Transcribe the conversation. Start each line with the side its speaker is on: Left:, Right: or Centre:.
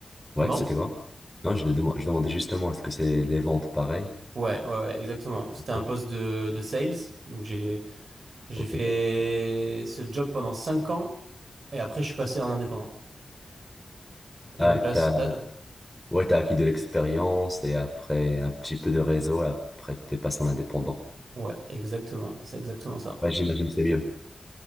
Right: Comment?
Centre: Ouais, c'était quoi? Non, je, le demand- je demandais justement, est-ce que c'est les ventes pareilles?
Right: Ouais, ouais, ouais, exactement. C'était un
Centre: Oui.
Right: poste de, de sales. Donc, j'ai... J'ai
Centre: Ok.
Right: fait ce job pendant cinq ans Et après, je suis passé en indépendant. Et
Centre: Ah,
Right: donc
Centre: ouais,
Right: là,
Centre: t'as,
Right: c- là,
Centre: ouais, t'as acquis de l'expérience et après un petit peu de réseau et après t'es passé en indépendant.
Right: ouais, exactement, c'est exactement ça.
Centre: Ouais, j'imagine que c'est mieux.